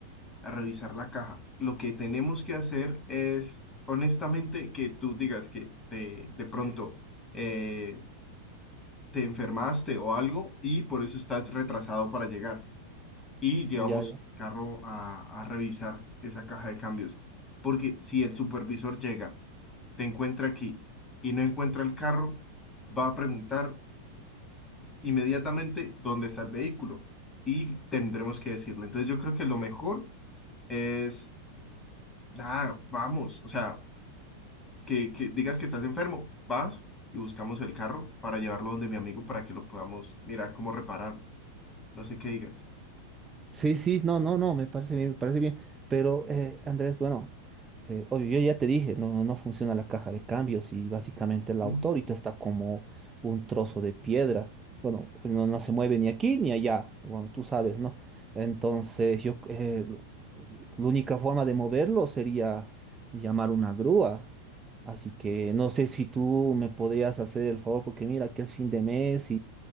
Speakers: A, on the left (about 15°); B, on the right (about 15°).
A: a revisar la caja. Lo que tenemos que hacer es, honestamente, que tú digas que te, de pronto eh, te enfermaste o algo y por eso estás retrasado para llegar. y llevamos
B: Ya, ya.
A: el carro a, a revisar esa caja de cambios. Porque si el supervisor llega, te encuentra aquí y no encuentra el carro, va a preguntar inmediatamente dónde está el vehículo y tendremos que decirlo. Entonces yo creo que lo mejor es, ah, vamos, o sea, que, que digas que estás enfermo, vas y buscamos el carro para llevarlo donde mi amigo para que lo podamos mirar cómo reparar. No sé qué digas.
B: Sí, sí, no, no, no, me parece bien, me parece bien. Pero, eh, Andrés, bueno, eh, obvio, yo ya te dije, no, no no funciona la caja de cambios y básicamente el auto
A: Mm.
B: ahorita está como un trozo de piedra. Bueno, no, no se mueve ni aquí ni allá, bueno, tú sabes, ¿no? Entonces, yo, eh, lo- la única forma de moverlo sería llamar una grúa. Así que no sé si tú me podrías hacer el favor, porque mira que es fin de mes